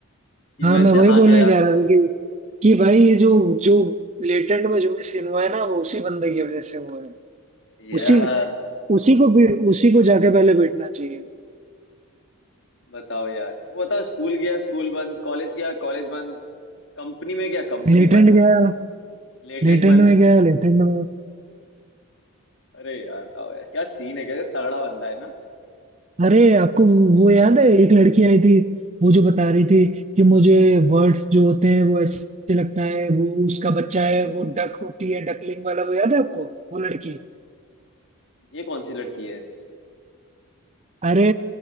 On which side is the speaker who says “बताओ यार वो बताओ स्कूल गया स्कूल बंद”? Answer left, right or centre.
Left